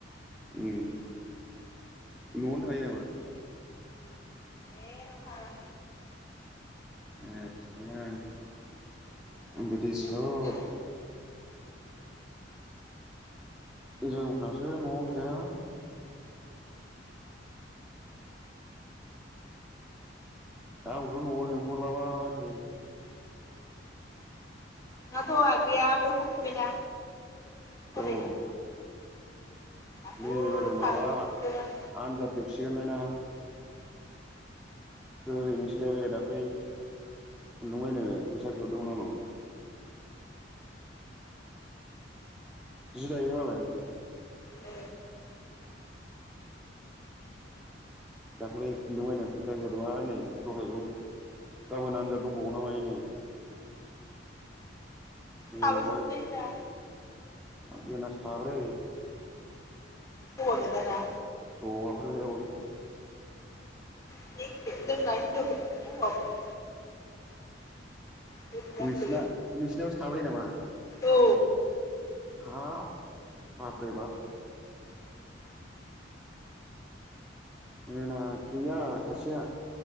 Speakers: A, in the centre; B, on the left.
A: उम न'आवनो थायो नामा?
B: जेरावबो थाङा
A: ए‌ आदसा बिदिसो
B: एम्बुसो
A: जोंफ्रासो न'आवनो थाया दा आंखौथ' न'आव लिंहरलाबाय थायो
B: नोंहाथ' आगैया बेयाव थाफैबायना फरायनो
A: औ
B: दाख्लै
A: नै एबार
B: थांदों
A: माबा
B: आं
A: आनजाद जोबसिगोनलायना होहैनोसैलाय बे दाख्लै खुन्दुंबायनो फैसा बिहरदोंमोन आंनाव जि दायो मालाय
B: औ
A: दाख्लै खुन्दुं बायनायाव फैसा बिहरदों आरो नै दहायबो गाबोन आनजाद दंबावो ना मायोनो बेयावहाय
B: साबैसे मोनलाय नोंस्रा
A: जोंना साब्रै
B: हौवा गोजाना
A: हौवाफोर हिनजावफोरजों
B: <unintelligible> बोरै जाखो
A: नोंसिना नोंसिनावो साब्रै नामा?
B: औ
A: हाप बाबरे बाब। जोंना गैया सासेया।